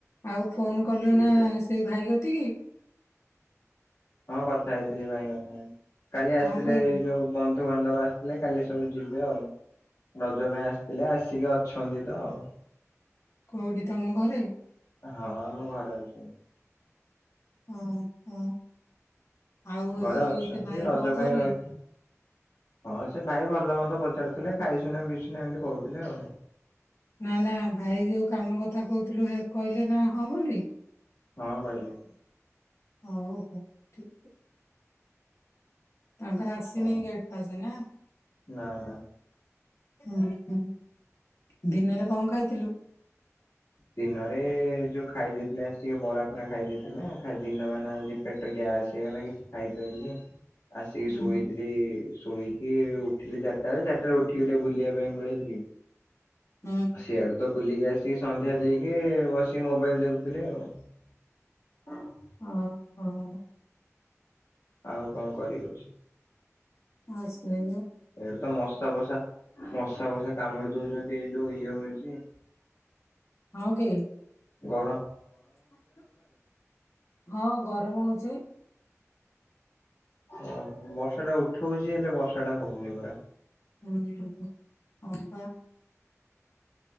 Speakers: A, on the left; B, on the left.
A: ଆଉ ଫୋନ କଲୁ
B: କ୍ରିକେଟ
A: ନା ସେ ଭାଇ କତିକି?
B: ହଁ କଥା ହେଇଥିଲି ଭାଇଙ୍କ ସାଙ୍ଗେ। କାଲି ଆସିଥିଲେ
A: କଣ କହିଲେ
B: ଏଇ ଯୋଉ ବନ୍ଧୁବାନ୍ଧବ ଆସିଥିଲେ କାଲି ସବୁ ଯିବେ ଆଉ ରଜ ପାଇଁ ଆସିଥିଲେ ଆସିକି ଅଛନ୍ତି ତ ଆଉ ।
A: କୋଉଠି ତମ ଘରେ?
B: ହଁ ଆମ ଘରେ ଅଛନ୍ତି ।
A: ହଁ <unintelligible> ଆଉ ହଉଛି
B: ଘରେ ଅଛନ୍ତି
A: ସେ ଭାଇ
B: ରଜ
A: କଣ
B: ପାଇଁ
A: କହିଲେ?
B: ରହିଥିଲେ। ହଁ ସେ ଭାଇ ଭଲ ମନ୍ଦ ପଚାରୁଥିଲେ ଖାଇଚୁନା ପିଇଚୁନା ଏମିତି କହୁଥିଲେ ଆଉ
A: ନା ନା ଭାଇ ଯୋଉ କାମ କଥା କହୁଥିଲୁ ହେ କହିଲେ ନା ହଁ ବୋଲି?
B: ହଁ କହିଲେ ।
A: ହଉ ହଉ ଠିକ୍ ତାଙ୍କର ଆସିନି
B: ହଁ
A: ଗେଟ ପାସ୍ ନା?
B: ନା ନା।
A: ରେକଡି ଉହୁଁ ଦିନରେ କଁ ଖାଇଥିଲୁ?
B: ଦିନରେ ଯୋଉ ଖାଇ ଦେଇଥିଲି ଆଜି ଟିକେ ବରା ଫରା ଖାଇ ଦେଇଥିଲିନା ଦିନ ମାନ ଆଜି ପେଟ ଗ୍ୟାସ୍ ହେଇଗଲା କିଛି ଖାଇପାଇଲିନି । ଆସିକି
A: ହୁଁ
B: ଶୋଇଥିଲି ଶୋଇ ଇଏ ଉଠିଲି ଚାରଟା ବେଳେ ଚାରିଟାରେ ଉଠିକି ଟିକେ ବୁଲିବା ପାଇଁ ପଳେଇଥିଲି ।
A: ହୁଁ
B: ସିଆଡୁ ତ ବୁଲିକି ଆସିକି ସନ୍ଧ୍ୟା ଦେଇକି ବସିକି ମୋବାଇଲ ଦେଖୁଥିଲି ଆଉ ।
A: ଆଉ? ଆହୁ?
B: ଆଉ କଣ କରିଉଚି?
A: ଆ ସେୟା ।
B: ଏଇଠି ତ ମଶା ଫସା ମଶା ବସା କାମୁଡି ଦଉଛନ୍ତି ଏଇ ଯୋଉ ଇଏ ହଉଛି ।
A: ହଁ କି?
B: ଗର
A: <unintelligible> ହଁ ଗରମ ହଉଚି ।
B: ଓହୋ ବର୍ଷା ଟା ଉଠଉଛି ହେଲେ ବର୍ଷା ଟା ହଉନି ପରା?
A: ହୁଁ, ହଁ ପା